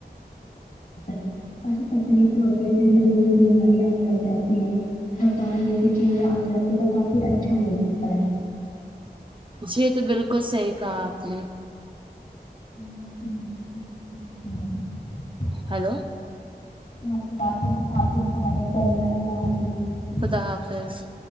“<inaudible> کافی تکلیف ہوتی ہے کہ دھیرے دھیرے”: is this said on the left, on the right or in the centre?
Left